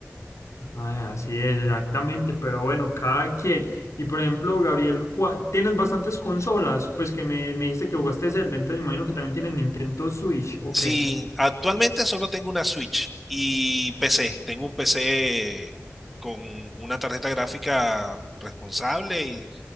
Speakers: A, on the left; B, in the centre.
A: Ah, así es, exactamente, pero bueno, cada quien. Y por ejemplo, Gabriel, ¿cuá- ¿tienes bastantes consolas? Pues que me, me dijiste que jugaste Zelda, entonces me imagino que también tienes Nintendo Switch, ok.
B: Sí, actualmente solo tengo una Switch y PC. Tengo un PC con una tarjeta gráfica responsable y